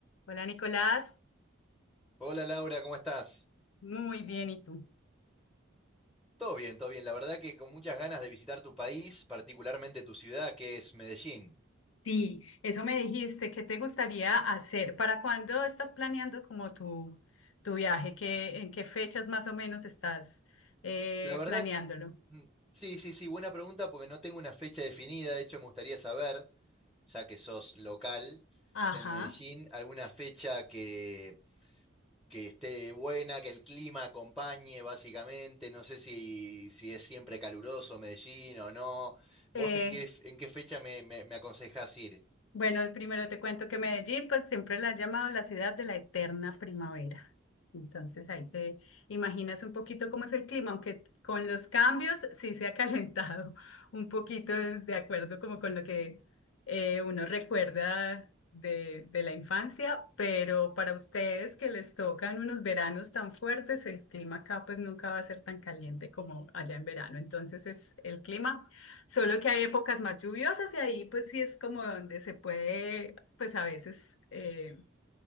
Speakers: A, on the left (about 80°); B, in the centre.
A: Hola Nicolás,
B: Hola Laura, ¿cómo estás?
A: muy bien, ¿y tú?
B: Todo bien, todo bien. La verdad que con muchas ganas de visitar tu país, particularmente tu ciudad, que es Medellín.
A: Sí, eso me dijiste, ¿qué te gustaría hacer? ¿Para cuándo estás planeando como tu, tu viaje? ¿Qué, en qué fechas más o menos estás eh,
B: La verdad,
A: planeándolo?
B: mm, sí, sí, sí, buena pregunta porque no tengo una fecha definida. De hecho, me gustaría saber, ya que sos local
A: Ajá.
B: en Medellín, alguna fecha que, que esté buena, que el clima acompañe, básicamente. No sé si, si es siempre caluroso Medellín o no. ¿Vos
A: Eh,
B: en qué, en qué fecha me, me, me aconsejás ir?
A: Bueno, primero te cuento que Medellín, pues siempre la han llamado la ciudad de la eterna primavera. Entonces ahí te imaginas un poquito cómo es el clima, aunque con los cambios sí se ha calentado <laughs> un poquito de de acuerdo como con lo que eh, uno recuerda de, de la infancia, pero para ustedes que les tocan unos veranos tan fuertes, el clima acá pues nunca va a ser tan caliente como allá en verano. Entonces es el clima. Solo que hay épocas más lluviosas y ahí pues sí es como donde se puede pues a veces eh,